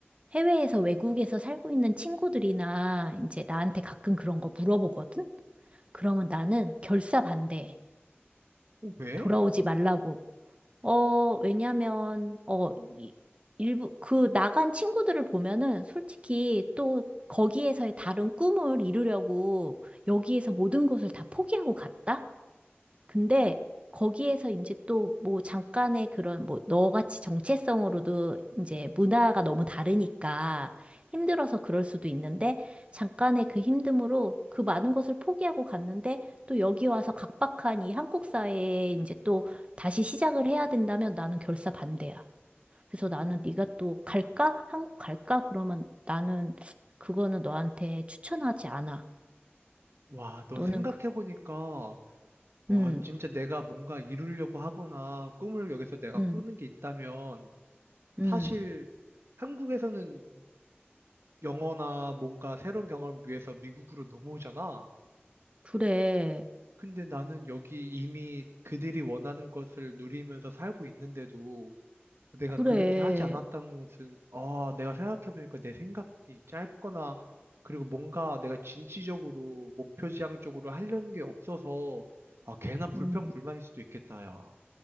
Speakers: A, on the right; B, on the right.
A: 해외에서 외국에서 살고 있는 친구들이나 이제 나한테 가끔 그런 거 물어보거든? 그러면 나는 결사 반대해.
B: 어, 왜?
A: 돌아오지 말라고. 어, 왜냐면, 어, 이, 일부, 그 나간 친구들을 보면은 솔직히 또 거기에서의 다른 꿈을 이루려고 여기에서 모든 것을 다 포기하고 갔다? 근데 거기에서 이제 또 뭐 잠깐의 그런 뭐 너같이 정체성으로도 이제 문화가 너무 다르니까 힘들어서 그럴 수도 있는데 잠깐의 그 힘듦으로 그 많은 것을 포기하고 갔는데 또 여기 와서 각박한 이 한국 사회에 이제 또 다시 시작을 해야 된다면 나는 결사 반대야. 그래서 나는 네가 또 갈까? 한국 갈까? 그러면 나는 그거는 너한테 추천하지 않아.
B: 와, 너
A: 너는
B: 생각해보니까,
A: 그,
B: 와,
A: 음,
B: 진짜 내가 뭔가 이루려고 하거나 꿈을 여기서 내가
A: 음,
B: 꾸는 게 있다면,
A: 음,
B: 사실 한국에서는 영어나 뭔가 새로운 경험을 위해서 미국으로 넘어오잖아.
A: 그래.
B: 근데 나는 여기 이미 그들이 원하는 것을 누리면서 살고 있는데도 내가
A: 그래.
B: 그렇게 하지 않았던 것은, 아, 내가 생각해보니까 내 생각이 짧거나, 그리고 뭔가 내가 진취적으로 목표지향 쪽으로 하려는 게 없어서, 아, 괜한 불평불만일
A: 음.
B: 수도 있겠다, 야.